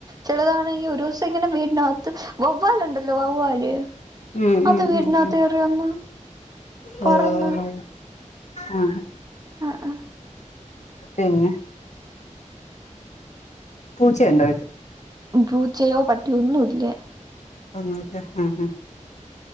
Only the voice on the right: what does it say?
ചെലതാണെങ്കി ഒരു ദിവസം ഇങ്ങനെ വീടിനകത്ത് വവ്വാലുണ്ടല്ലോ വവ്വാല്
അത്
വീട്ടിനകത്ത്
കേറി വന്നു പറന്നു
ആഹ് ആഹ്
പൂച്ചയോ പട്ടിയൊന്നും ഇല്ല